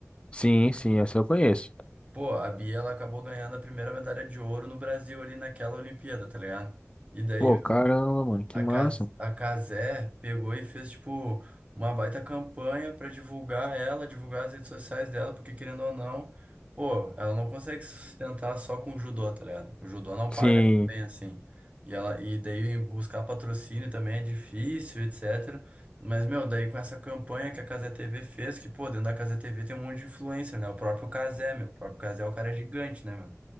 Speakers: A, on the left; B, on the right.
A: Sim, sim, essa eu conheço.
B: Pô, a Bia, ela acabou ganhando a primeira medalha de ouro no Brasil ali naquela Olimpíada, tá ligado? E daí,
A: Pô, caramba, mano, que
B: A
A: massa.
B: Cas- a Casé pegou e fez, tipo, uma baita campanha pra divulgar ela, divulgar as redes sociais dela, porque querendo ou não, pô, ela não consegue se sustentar só com o judô, tá ligado? O judô não
A: Sim,
B: paga tão bem assim. E ela, e daí buscar patrocínio também é difícil, etc. Mas, meu, daí com essa campanha que a Cazé TV fez, que, pô, dentro da Cazé TV tem um monte de influencer, né? O próprio Casé meu, o próprio Casé é o cara gigante, né, meu?